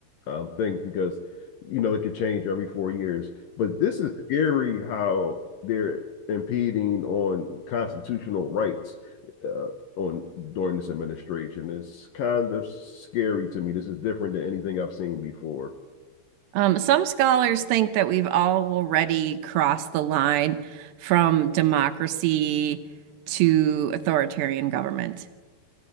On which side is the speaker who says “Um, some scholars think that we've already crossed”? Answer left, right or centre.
Right